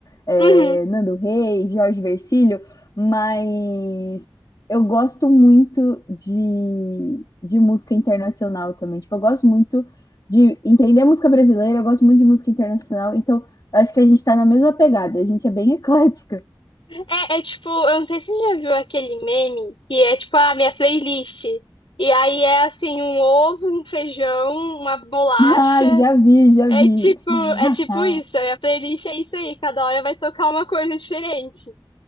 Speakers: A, on the left; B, on the left.
A: eh,
B: Uhum.
A: Nando Reis, Jorge Vercillo, mas eu gosto muito de, de música internacional também. Tipo, eu gosto muito de entender música brasileira, eu gosto muito de música internacional, então acho que a gente tá na mesma pegada, a gente é bem eclética. <laughs>
B: É, é tipo, eu não sei se você já viu aquele meme que é tipo, ah, minha playlist. E aí é assim, um ovo, um feijão, uma bolacha.
A: Ah, já vi, já vi.
B: É tipo,
A: <laughs>
B: é tipo isso. A minha playlist é isso aí, cada hora vai tocar uma coisa diferente.